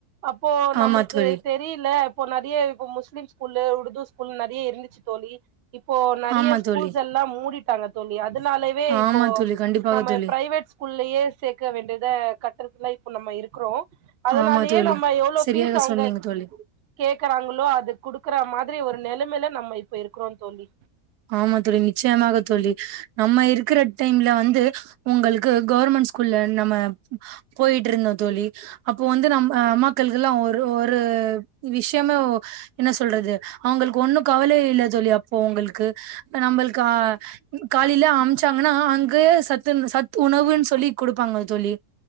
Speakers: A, on the right; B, on the right.
A: அப்போ
B: ஆமா
A: நம்மளுக்கு
B: தோழி
A: தெரில இப்போ நெறையா இப்ப முஸ்லீம் ஸ்கூலூ உருது ஸ்கூலூ நெறைய இருந்துச்சு தோழி இப்போ நெறையா
B: ஆமா
A: ஸ்கூல்ஸ்
B: தோழி
A: எல்லா மூடிட்டாங்க தோழி அதனால வே
B: ஆமா
A: இப்போ
B: தோழி கண்டிப்பாக
A: நம்ம
B: தோழி
A: பிரைவேட் ஸ்கூல்லயே சேக்க வேண்டிதா கட்டறதுல இப்ப நம்ம இருக்குறோ அதனாலயே
B: ஆமா தோழி
A: நம்ம எவ்ளோ
B: சரியாக
A: ஃபீஸ் அவுங்க
B: சொன்னீங்க தோழி
A: கேக்கறாங்ளோ அது குடுக்கற மாதிரி ஒரு நெலைமைல நம்ம இப்போ இருக்குறோ தோழி
B: ஆமா தோழி நிச்சயமாக தோழி நம்ம இருக்கற டைம்ல வந்து உங்களுக்கு கவர்மெண்ட் ஸ்கூல்ல நம்ம போயிட்டு இருந்தோ தோழி அப்போ வந்து நம்ம அம்மாக்களுக்கெல்லா ஒரு ஒரு விஷ்யமே என்ன சொல்றது அவுங்களுக்கு ஒன்னு கவலை இல்ல தோழி அப்போ அவுங்களுக்கு நம்ள்க்கு அ காலைலயே அம்ச்சாங்னா அங்கயே சத்து சத் உணவுன்னு சொல்லி குடுப்பாங்க தோழி